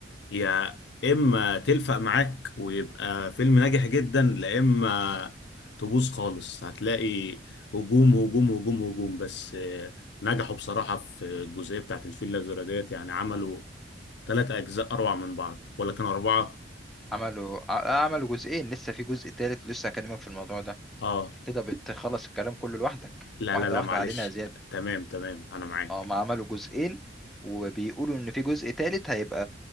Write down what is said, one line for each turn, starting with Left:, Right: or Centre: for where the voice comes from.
Left: يا اما تلفق معاك ويبقى فيلم ناجح جدا لا اما تبوظ خالص هتلاقي هجوم هجوم هجوم هجوم بس آه، نجحوا بصراحة في الجزئية بتاعت الفيل الأزرق ديت يعني عملوا ثلاث أجزاء أروع من بعض ولا كانوا أربعة؟
Centre: عملوا ع- عملوا جزئين لسه في جزء تالت لسه هكلمك في الموضوع ده
Left: آه
Centre: انت كده بتخلص الكلام كله لوحدك
Left: لا
Centre: واحدة
Left: لا لا
Centre: واحدة
Left: معلش
Centre: علينا يا زياد
Left: تمام تمام أنا معاك
Centre: اه ما عملوا جزئين وبيقولوا ان في جزء تالت هيبقى